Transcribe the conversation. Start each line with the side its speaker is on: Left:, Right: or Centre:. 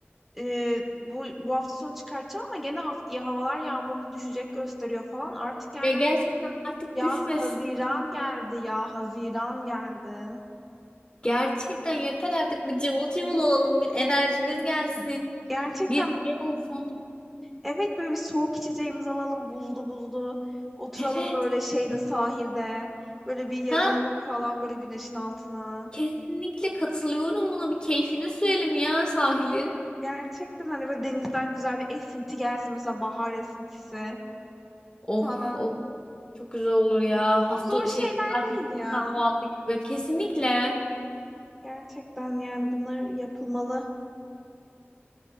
Centre: E, bu, bu hafta sonu çıkartacağım ama gene haftaya havalar yağmurlu düşecek gösteriyor falan. Artık yani
Left: ya gerçekten
Centre: hani
Left: artık
Centre: yaz
Left: düşmesin
Centre: Haziran geldi ya Haziran geldi.
Left: Gerçekten yeter artık bir cıvıl cıvıl olalım bir enerjimiz gelsin.
Centre: Gerçekten
Left: Bir şey olsun.
Centre: Evet böyle bir soğuk içeceğimizi alalım buzlu buzlu. Oturalım
Left: Evet.
Centre: böyle şeyde sahilde. Böyle bir yayılalım
Left: Ha,
Centre: falan böyle güneşin altına.
Left: kesinlikle katılıyorum buna bir keyfini sürelim ya sahilin.
Centre: Gerçekten hani böyle denizden güzel bir esinti gelsin. Mesela bahar esintisi
Left: Of
Centre: falan.
Left: of çok güzel olur ya.
Centre: Çok
Left: Hafta
Centre: zor şeyler
Left: şey pazartesi
Centre: değil ya.
Left: bir kahvaltı gibi. Kesinlikle.
Centre: Gerçekten yani bunlar yapılmalı.